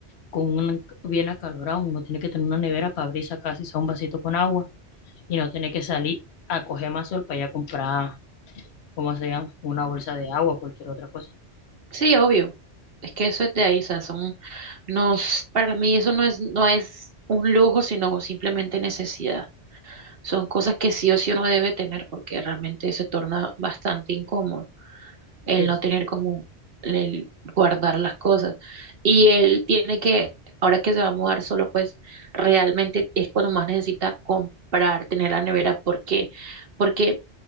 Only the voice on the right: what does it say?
Sí, obvio. Es que eso es de ahí, o sea, son, nos, para mí eso no es, no es un lujo, sino simplemente necesidad. Son cosas que sí o sí uno debe tener porque realmente se torna bastante incómodo. el
no tener
como el guardar las cosas. Y él tiene que, ahora que se va a mudar solo, pues realmente es cuando más necesita comprar, tener la nevera. ¿Por qué? Porque